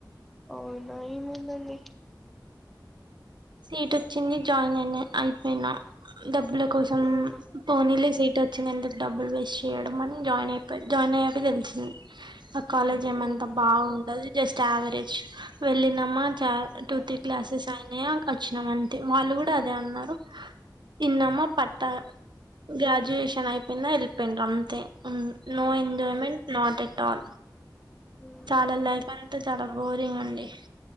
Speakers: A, in the centre; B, on the right (about 75°).
A: అవునా ఎమైందండి
B: సీట్ వచ్చింది జాయిన్ అయినా అయిపోయినా డబ్బుల కోసం
A: ఆహా!
B: పోనీ లేసి వచ్చినందుకు డబుల్ వే చేయడం అని జాయిన్ అయప్ జాయిన్ అయ్యాక తెలిసింది కాలేజ్ ఏమంతా
A: హుహు.
B: బావుండదు జస్ట్ యవరేజ్ వెళ్ళినమా చ
A: హ్మ్.
B: టూ త్రి క్లాసెస్ అయ్ <unintelligible> వచ్చినాం అంతే వాళ్ళు కూడా అదే అన్నారు ఇన్నమ్మా ప ట గాడ్యువేషన్ అయిపోయిందా వెళ్ళిపోయిండు అంతే
A: hmm.
B: no Enjoyment not yet all
A: hmm.
B: చాల లైఫ్ అన్ అంత చాలా బోరింగ్ అండి